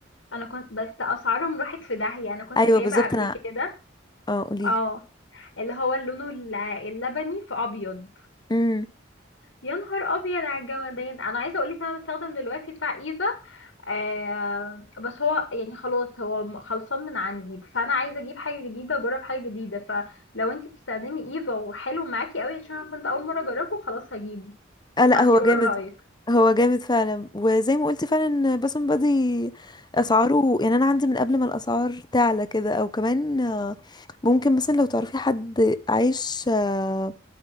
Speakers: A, on the left; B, on the left.
A: انا كنت بس اسعارهم راحت في داهيه انا كنت
B: ايوه
A: جايبه
B: بالظبط
A: قبل
B: انا
A: كده
B: اه قوليلي
A: اه اللي هو لونه الل- اللبني في ابيض
B: امم
A: يا نهار ابيض على الجمدان انا عايزه اقول لك انا بستخدم دلوقتي بتاع ايفا آه بس هو يعني خلاص هو م- خلصان من عندي فانا عايزه اجيب حاجه جديده اجرب حاجه جديده فلو انت بتستخدمي ايفا وحلو معاكي قوي عشان انا كنت اول مره اجربه خلاص هجيبه
B: آه لا
A: همشي
B: هو جامد
A: ورا رايك
B: هو جامد فعلا وزي ما قلت فعلا باسم بادي اسعاره يعني انا عندي من قبل ما الاسعار تعلى كده او كمان آه، ممكن مثلا لو تعرفي حد عايش آه،